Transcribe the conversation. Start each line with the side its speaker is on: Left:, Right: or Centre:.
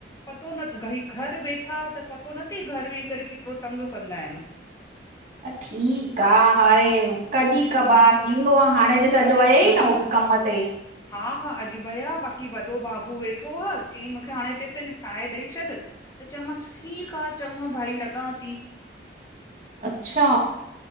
Left: पतो नत घई घर वेठा त पतो न तई घर वेही करे केतिरो तंग कंदा आहिनि।
Right: ठीकु आ हाणे कॾीं कॿार थींदो आ, हाणे ॾिस अॼु
Left: अरे
Right: वयई
Left: भाई
Right: न उ बि कम ते।
Left: हा -हा, अॼु विया बाक़ी वॾो बाबू वेठो आ, चयईं मूंखे हाणे टिफ़िन ठाहे ॾेई छॾ। त चयोमांसि ठीकु आ चङो भाई लॻां ती।
Right: अच्छा